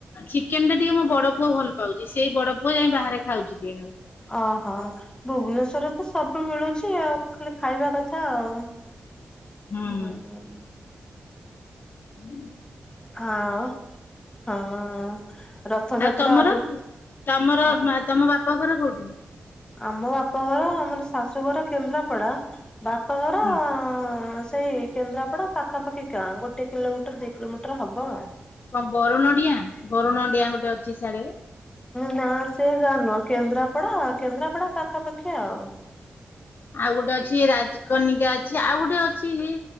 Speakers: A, on the left; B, on the left.
A: ଚିକେନେ ଟା ଟିକେ ମୋ ବଡ ପୁଅ ଭଲ ପାଉଛି ସେଇ ବଡ ପୁଅ ଯାଇ ବାହାରେ ଖାଉଛି ଟିକେ ନାଁକୁ।
B: ଓହୋ। ଭୁବେନେଶ୍ୱର ତ ସବୁ ମିଳୁଛି ଆଉ। ଖାଲି ଖାଇବା କଥା। ଥା ଆଉ
A: ହୁଁ
B: ହଁ।
A: ହୁଁ।
B: ହାଉଁ। ହଁ। ରଥଯାତ୍ରା
A: ଆଉ ତମର।
B: ଆଗକୁ
A: ତମର
B: ଆ
A: ତମ ବାପା ଘର କୋଉଠି?
B: ଆମ ବାପଘର ଆମର ଶାଶୁଘର କେନ୍ଦ୍ରାପଡା ବାପଘର। ବାପ ଘର
A: ହଁ।
B: ହଁ ସେଇ କେନ୍ଦ୍ରାପଡା ପାଖାପାଖି ଗାଁ ଗୋଟେ କିଲୋମିଟର ଦୁଇ କିଲୋମିଟର ହବ ଆଉ।
A: କ ବରଣଡିଆ। ବରଣଡିଆ ଗୋଟେ ଅଛି ସିଆଡେ।
B: ନା ସେ ଜା ନୁହ କେନ୍ଦ୍ରାପଡା କେନ୍ଦ୍ରାପଡା ପାଖାପାଖି ଆଉ।
A: ଆଉ ଗୋଟେ ଅଛି ରାଜକନିକା ଅଛି। ଆଉ ଗୋଟେ ଅଛି ହେଁ।